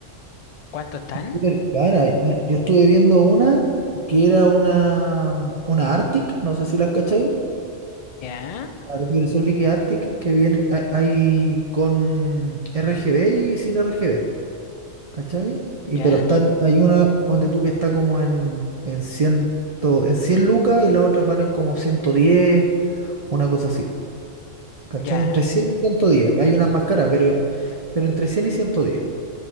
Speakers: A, on the left (about 55°); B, on the right (about 40°).
A: ¿Cuántos están?
B: Súper cara. Y, mira, Yo estuve viendo una que era una, mm, una Arctic, no sé si las cacháis.
A: Ya,
B: La refrigeración líquida Arctic que viene a- ahí con RGB y sin RGB, ¿cachai?
A: ya,
B: Y pero están, Ya. hay una, ponte tú, que está como en, en 100, en 100 lucas y las otras valen como 110, una cosa así. ¿Cachai?
A: ya,
B: Entre 100 y 110, Hay unas más caras, pero, pero entre 100 y 110.